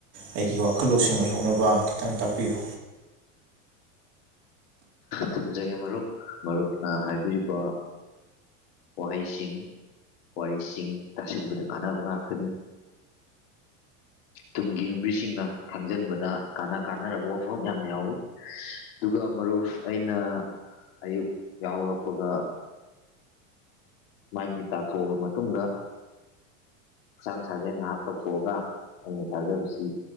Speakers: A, on the right (about 30°); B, on the left (about 50°).
A: ꯑꯩꯒꯤ ꯋꯥꯈꯜ ꯂꯧꯁꯤꯡ ꯑꯣꯏꯍꯧꯅꯕ ꯈꯤꯇꯪ ꯇꯥꯛꯄꯤꯌꯨ
B: ꯊꯝꯖꯒꯦ ꯃꯔꯨꯞ ꯃꯔꯨꯞꯅ ꯍꯥꯏꯕꯤꯔꯤꯕ ꯋꯥꯍꯩꯁꯤꯡ ꯋꯥꯔꯤꯁꯤꯡ ꯇꯥꯁꯤꯟꯕꯗ ꯀꯥꯟꯅꯕ ꯉꯥꯛꯇꯅꯤ ꯇꯨꯡꯒꯤ ꯌꯨꯝꯕꯤꯁꯤꯡꯅ ꯈꯪꯖꯤꯟꯕꯗ ꯀꯥꯅ ꯀꯥꯟꯅꯔꯕ ꯋꯥꯐꯝ ꯌꯥꯝ ꯌꯥꯎꯋꯤ ꯑꯗꯨꯒ ꯃꯔꯨꯞ ꯑꯩꯅ ꯑꯌꯨꯛ ꯌꯥꯍꯧꯔꯛꯄꯒ ꯃꯥꯏ ꯃꯤꯠ ꯇꯥꯊꯣꯛꯑꯕ ꯃꯇꯨꯡꯗ ꯍꯛꯆꯥꯡ ꯁꯥꯖꯦꯟ ꯉꯥꯏꯍꯥꯛ ꯇꯧꯊꯣꯛꯑꯒ ꯑꯩꯅ ꯊꯥꯖꯕꯁꯤ